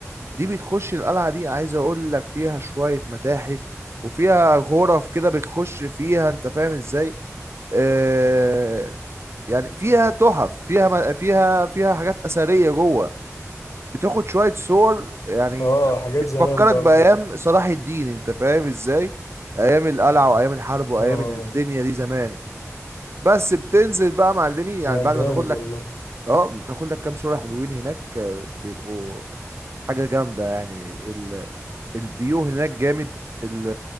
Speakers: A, on the right; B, on the left.
A: دي بتخش القلعه دي عايز اقول لك فيها شويه متاحف وفيها غرف كده بتخش فيها انت فاهم ازاي آه، يعني فيها تحف فيها م- فيها فيها حاجات أثرية جوه بتاخد شوية صور يعني
B: اه
A: انت
B: حاجات
A: بتفكرك
B: زمان بقى
A: بأيام
B: وكده
A: صلاح الدين انت فاهم ازاي أيام القلعة وأيام الحرب وأيام
B: اه
A: الدنيا دي زمان بس بتنزل بقى معلمي يعني
B: لا
A: بعد
B: جامد
A: ما تاخد لك
B: والله
A: اه بتاخد لك كام صورة حلوين هناك آه، بيبقوا حاجة جامدة يعني ال... الفيو هناك جامد ال...